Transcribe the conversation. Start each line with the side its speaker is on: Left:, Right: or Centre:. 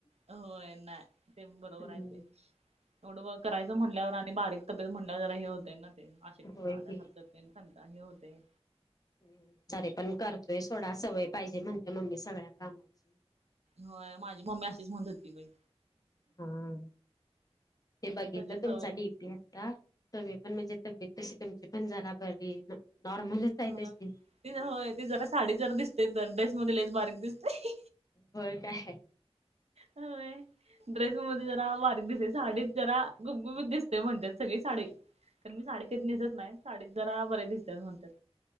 Right: होय ना, ते बरोबर
Left: हम्म.
Right: आहे ते, एवढं वर्क करायचं म्हणल्यावर आणि बारीक तब्येत म्हणल्यावर जरा हे होत ना ते, अशक्तपणा
Left: होय
Right: आल्यासारखं
Left: की
Right: तेन संगा हे होतय
Left: हम्, तरीपण करतोय सोडा सवय पाहिजे म्हणते मम्मी सगळ्या कामाची.
Right: होय, माझी मम्मी अशीच म्हणत होती बाई.
Left: हा, ते बघितलं
Right: सगळे
Left: तुमचा
Right: सवय
Left: डीपी. तम्ही पण म्हणजे तब्येत तशी, तुमची पण जरा बरी, नॉर्मलच. आहे
Right: ह,
Left: तशी.
Right: ते होय, ती जरा साडीत जरा दिसतय तर, ड्रेस मध्ये लईच बारीक दिसतय.
Left: हो काय.
Right: होय, ड्रेस मध्ये जरा बारीक दिसते, साडीत जरा गुबगुबीत दिस तय, म्हणत्यात सगळी साडी, कारण मी साडी कधी नेसत नाय, साडी जरा बरे दिसतीया म्हणत्यात.